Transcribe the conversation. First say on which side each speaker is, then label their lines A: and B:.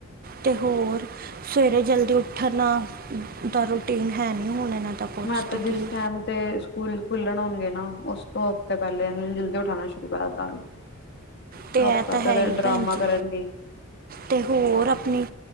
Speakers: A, on the right (about 45°); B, on the left (about 50°).
A: ਤੇ ਹੋਰ, ਸਵੇਰੇ ਜਲਦੀ ਉੱਠ ਠਰਨਾਂ ਦਾ ਰੂਟੀਨ ਹੈ ਨੀ ਹੁਨ ਏਨਾਂ ਦਾ। ਕੁਛ
B: ਮੈਂ ਤੇ ਜਿਸ
A: ਕੀ
B: ਟੈਮ ਤੇ ਸਕੂਲ ਖੁੱਲਣ ਹੋਣਗੇ ਨਾ ਉਸ ਤੋਂ ਹਫ਼ਤੇ ਪੈਲੇ ਏਨਾਂ ਜਲਦੀ ਉਠਾਣਾ ਸ਼ੁਰੂ ਕਰ ਦਾਂਗੀ।
A: ਤੇ
B: ਹਫ਼ਤਾ
A: ਇਹ ਤਾਂ ਹੈ
B: ਤੇ
A: ਹੀ
B: ਡਰਾਮਾ
A: ਭੈਣ ਜੀ
B: ਕਰਨ ਗੇਈ।
A: ਤੇ ਹੋਰ ਅਪਨੀ